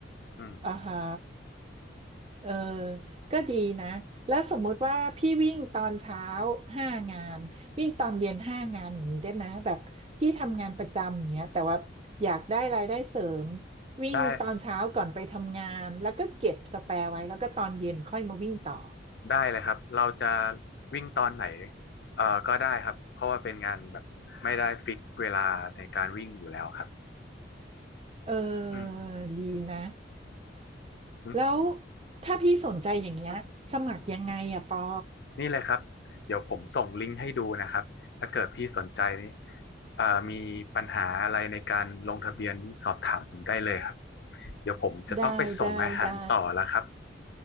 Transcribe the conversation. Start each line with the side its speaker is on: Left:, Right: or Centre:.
Left: อืม
Right: อ่าฮะเออก็ดีนะแล้วสมมุติว่าพี่วิ่งตอนเช้าห้างานวิ่งตอนเย็นห้างานอย่างนี้ได้ไหมแบบพี่ทำงานประจำอย่างเงี้ยแต่ว่าอยากได้รายได้เสริมวิ่งตอนเช้าก่อนไปทำงานแล้วก็เก็บสแปร์ไว้แล้วก็ตอนเย็นค่อยมาวิ่งต่อ
Left: ได้ ได้เลยครับเราจะวิ่งตอนไหนเอ่อก็ได้ครับเพราะว่าเป็นงานแบบไม่ได้ฟิกเวลาในการวิ่งอยู่แล้วครับ
Right: เออ
Left: อืมอ
Right: ดีนะ
Left: ืม
Right: แล้วถ้าพี่สนใจอย่างเงี้ยสมัครยังไงอะปอ
Left: นี่เลยครับเดี๋ยวผมส่งลิงก์ให้ดูนะครับถ้าเกิดพี่สนใจนี้เอ่อมีปัญหาอะไรในการลงทะเบียนนี่สอบถามผมได้เลยครับเดี๋ยวผมจะต้องไปส่งอาหารต่อแล้วครับ
Right: ได้ได้ได้